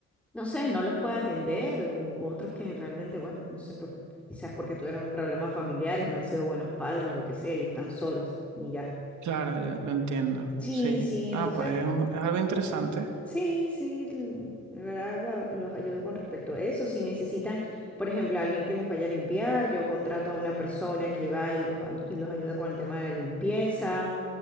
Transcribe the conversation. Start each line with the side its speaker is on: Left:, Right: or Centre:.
Centre: no sé, no los puede atender, u otros que realmente, bueno, no sé, pues, quizás porque tuvieron problemas familiares, no han sido buenos padres o lo que sea, y están solos y ya.
Right: claro, yo lo entiendo.
Centre: Sí,
Right: Sí.
Centre: sí,
Right: Ah,
Centre: entonces...
Right: pues es, un- es algo interesante.
Centre: Sí, sí, l- de verdad lo- los ayudo con respecto a eso. Si necesitan, por ejemplo, alguien que les vaya a limpiar, yo contrato a una persona que va y los, ay- y los ayuda con el tema de la limpieza.